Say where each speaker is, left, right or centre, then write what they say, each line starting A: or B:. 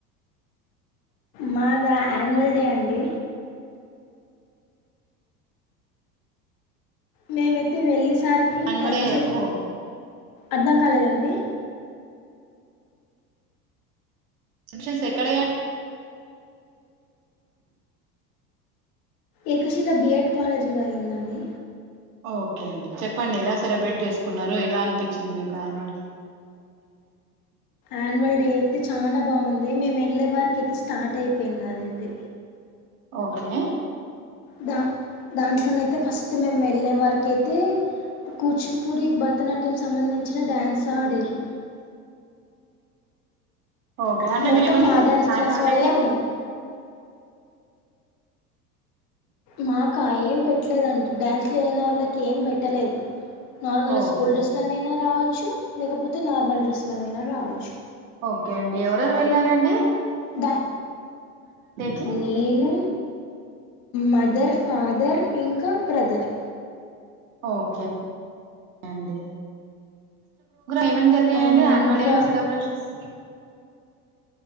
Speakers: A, on the left (about 45°); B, on the right (about 55°).
A: మాద యాన్యువల్ డే అండి మేమైతే వెళ్ళేసరికి
B: అన్యువల్
A: ట్యాన్స్
B: డే
A: అయితే
B: ఓ
A: అర్థం కాలేదండి
B: రసెప్షన్స్ ఎక్కడ
A: ఏకశిల బిఎడ్ కాలేజీలో అయ్యిందండి
B: ఓకే అండి చెప్పండి ఎలా సెలబ్రేట్ చేసుకున్నారు ఎలా అనిపించింది మీకు యన్యువల్ డే
A: ఆన్యువల్ డే అయితే చాలా బాగుంది మేమ తెల్లవారికి అయితే స్టార్ట్ అయిపోయింది అదైతే
B: ఓకే
A: దా దాంట్లోన అయితే ఫస్ట్ మేము వెళ్ళే వారకి అయితే కూచిపూడి భరతనాట్యం సంబంధించిన డ్యాన్స్ ఆడారు
B: ఓకే అంటే
A: మొత్తం
B: మీరేమని
A: మా డ్యాన్స్
B: యాన్యువల్
A: క్లాస్ వాళ్ళే
B: డే కి
A: ఉన్నరు మాకు ఏం పెట్టలేదండి డ్యాన్స్ల లెనోలకి ఏం పెట్టలేదు నార్మల్గా
B: ఓకే
A: స్కూల్ డ్రెస్లనైనా రావచ్చు లేకపోతే నార్మల్ డ్రెస్లునైనా రావచ్చు
B: ఓకే అండి ఎవరెరు వెళ్లారండి
A: దా
B: కి
A: నేను మదర్ ఫాదర్ ఇంకా బ్రదర్
B: ఒకే అండి ఏమేం జరిగయండి
A: ఆ
B: యానూవల్
A: ఇంకా
B: డేలో సెలబ్రేషన్స్